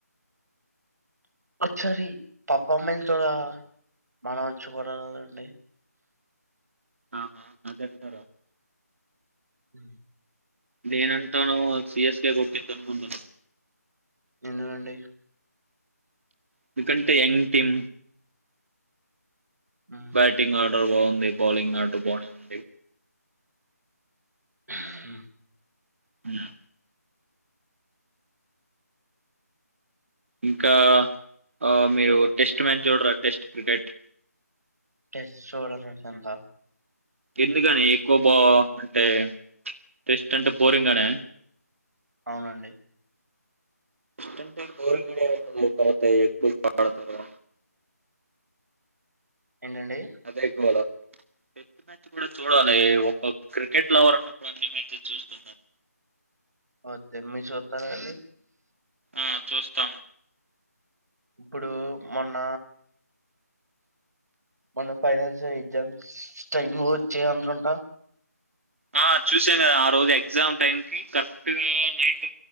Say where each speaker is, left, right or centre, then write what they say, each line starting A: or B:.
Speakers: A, on the right; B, on the right.
A: వచ్చారి పాప్పా మెంచ్ కూడా మనం చూడాలండి
B: ఆహా అదంతరో
A: అ
B: నేనంటాను సీయస్ కే కొట్టిద్ధి అనుకుంటున్నా
A: ఎందుకండి
B: ఎందుకంటే ఎంగ్ టీం
A: హ్మ్.
B: బ్యాటింగ్ ఆట ట బాగుంది బౌలింగ్ ఆట బనే ఉంది
A: హ
B: ఉమ్ ఇంకా ఆ మీరు టెస్ట్ మ్యాచ్ చూడరా టెస్ట్ క్రికెట్
A: టెస్ట్ చూడనండి అంత
B: ఎందుకని ఎక్కువ బా అంటే టెస్ట్ అంటే బోరింగ్ అనా
A: అవునండి
B: టెస్టింగ్ బోరింగ్గనే ఉంటది బ్రో తరవాత నే బాగాడతారు
A: ఏంటండి
B: అదే గోల టెస్ట్ మ్యాచ్ కూడా చూడాలి ఒక క్రికెట్ లవర్ అన్నప్పుడు అన్ని మ్యాచెస్ చూస్తుండాలి
A: ఓకే మీరూ చూతార అండి
B: ఆ చూస్తాం
A: ఇప్పుడు మొన్న మొన్న ఫైనాల్ ఎగ్జామ్స్ టైమ్ వచ్చయనుకుంటా
B: ఆ చూసాను కదా ఆ రోజు ఎగ్జామ్ టైంకి కరెక్ట్ గా నైట్